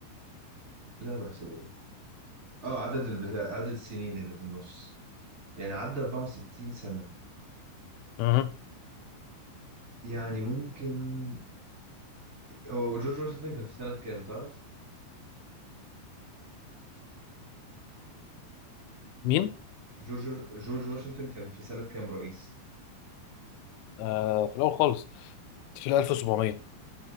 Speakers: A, on the right (about 20°); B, on the left (about 85°).
A: لا بحسبه ده اه عدد البتاع عدد السنين اللي في النص يعني عدى 64 سنة
B: اها
A: يعني ممكن هو جورج واشنطن كان في سنة كام تعرف؟
B: مين؟
A: جورج جورج واشنطن كان في سنة كام رئيس؟
B: آه في الاول خالص في ال 1700